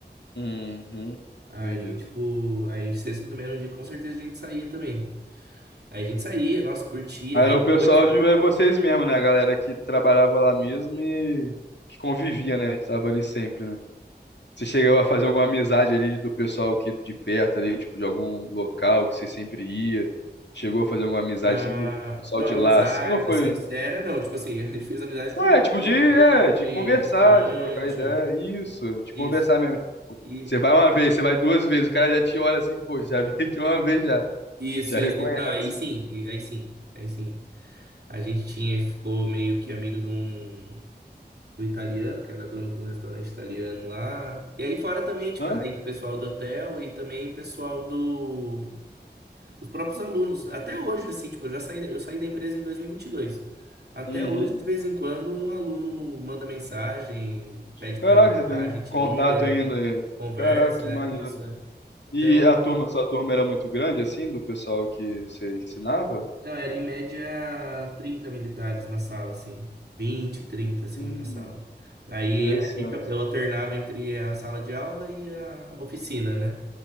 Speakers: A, on the left; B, on the right.
A: Uhum,
B: Aí,
A: beleza.
B: tipo, aí sexta também era um dia que com certeza a gente saía também. Aí a gente saía, nossa, curtia.
A: Aí era
B: Aí
A: o
B: depois,
A: pessoal de é vocês mesmo, né? A galera que trabalhava lá mesmo e que convivia, né? Que tava ali sempre, né? Você chegou a fazer alguma amizade ali do pessoal que de perto ali, tipo, de algum local que você sempre ia? Chegou a fazer alguma amizade
B: Ah,
A: assim com o pessoal
B: não,
A: de
B: amizade
A: lá, assim, ou foi?
B: sincera, não. Tipo assim, a gente fez amizade com
A: Ah,
B: dono,
A: é, tipo, de, é,
B: dono de
A: de conversar,
B: restaurante,
A: de trocar ideia, isso, de
B: isso.
A: conversar mesmo. Tipo,
B: E
A: você vai uma vez, você vai duas vezes, o cara já te olha assim, pô, já <laughs> veio aqui uma vez já,
B: isso,
A: já reconhece.
B: isso. isso. Não, aí sim, e- aí sim, aí sim. A gente tinha, ficou meio que amigo de um, do italiano, que era dono de um restaurante italiano lá. E aí fora também, tipo,
A: Hã?
B: aí o pessoal do hotel e também o pessoal do Os próprios alunos, até hoje, assim, tipo, eu já saí, da- eu saí da empresa em 2022. Até
A: Uhum.
B: hoje, de vez em quando, um aluno manda mensagem, pede
A: Caraca,
B: para ligar,
A: você tem
B: a gente
A: contato
B: liga,
A: ainda?
B: conversa,
A: Caraca, que
B: é
A: maneiro.
B: isso. é. Até
A: E
B: hoje,
A: a turma, sua turma era muito grande, assim, do pessoal que você ensinava?
B: não, era em média 30 militares na sala, assim. 20, 30, assim,
A: Hum,
B: na sala. Aí
A: interessante.
B: a gente- eu alternava entre a sala de aula e a oficina, né?